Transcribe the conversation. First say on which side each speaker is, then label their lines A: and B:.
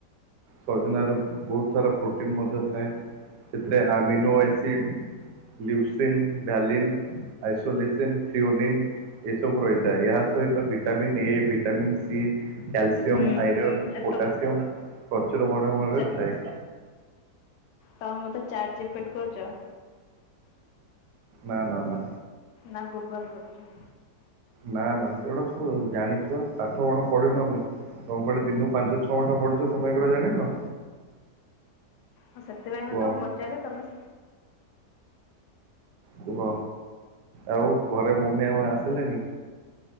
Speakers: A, on the right (about 85°); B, on the left (about 80°).
A: ସଜନାରେ ବହୁତ୍ ସାରା ପ୍ରୋଟିନ ମଧ୍ୟ ଥାଏ ସେଥିରେ amino acid leucine valine isoleucine ଫିଓନନ୍ ଏ ସବୁ ରହିଥାଏ ଏହା ସହିତ ଭିଟାମିିନ ଏ ଭିଟାମିନ୍ ସି କ୍ୟଲସୟାମ
B: ହୁଁ
A: ଆଇରନ୍
B: ଏ
A: ପୋଟ
B: ତମ
A: ସିୟମ୍ ପ୍ରଚୁର ପରିମାଣରେ
B: ଚା
A: ଥାଏ।
B: ତମେ ମୋତେ ଚାର୍ଟ ଜିପିଟ୍ କହୁଚ?
A: ନା ନା ନା।
B: ନା ଗୁଗଲ୍ କରୁଚ?
A: ନା ନା ସେଗୁଡ଼ା ସବୁ ଜାଣିଚୁପା ପାଠ କଣ ପଢିନୁ ଆମେ। ସବୁବେଳେ ଦିନକୁୁ ପାଞ୍ଚ ଛଅ ଘଣ୍ଟା ପଢୁଚ ତମେ ଏଗୁଡ଼ା ଜାଣିନ?
B: ହ ସେଥିପାଇଁତ
A: କୁହ
B: ତମକୁ ପଚାରିଲି ତମେ
A: କୁହ ଆଉ ଘରେ ମମି ଆଉ ଆସିଲେଣିି?